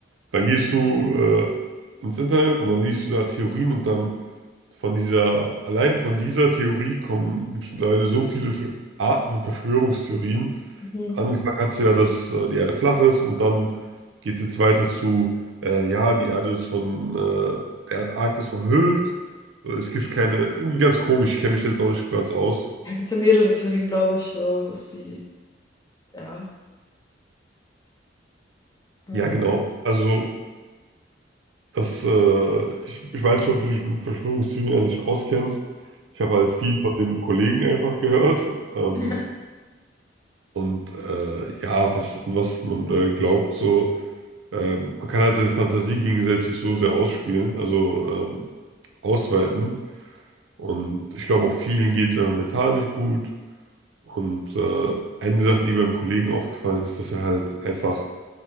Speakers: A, on the right; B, on the left.
A: dann gehst du äh, ins Internet und dann liest du da Theorien und dann von dieser, allein von dieser Theorie kommen, gibt es mittlerweile so viele Ver- Arten von Verschwörungstheorien.
B: Mhm.
A: Angefangen hat es ja, dass äh, die Erde flach ist und dann geht es jetzt weiter zu, äh, ja, die Erde ist von äh, der Antarktis umhüllt. Es gibt keine, irgendwie ganz komisch, ich kenne mich da jetzt auch nicht so ganz aus.
B: Da gibt es ja mehrere Theorien, glaube ich, so was die, ja. Ähm.
A: Ja, genau. Also. Das, äh, ich, ich weiß nicht, ob du dich mit Verschwörungstheorien an sich auskennst. Ich habe halt viel von dem Kollegen einfach gehört. <laughs> Ähm,
B: <laughs>
A: und äh, ja, was, an was man äh, glaubt, so, äh, man kann halt seine Fantasie gegenseitig so sehr ausspielen, also ähm, ausweiten. Und ich glaube, auch vielen geht es einfach mental nicht gut. Und äh, eine Sache, die beim Kollegen aufgefallen ist, dass er halt einfach